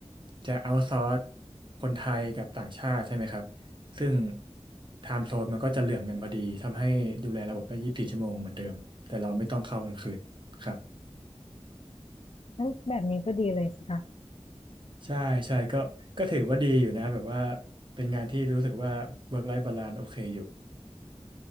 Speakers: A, on the right (about 45°); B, on the left (about 65°).
A: จะเอาซอร์สคนไทยกับต่างชาติใช่ไหมครับ ซึ่งไทม์โซนมันก็จะเหลื่อมกันพอดีทำให้ดูแลระบบได้ยี่สิบสี่ชั่วโมงเหมือนเดิมแต่เราไม่ต้องเข้ากลางคืนครับ
B: นั่นแบบนี้ก็ดีเลยสิคะ
A: ใช่ใช่ก็ก็ถือว่าดีอยู่นะแบบว่าเป็นงานที่รู้สึกว่า work life balance โอเคอยู่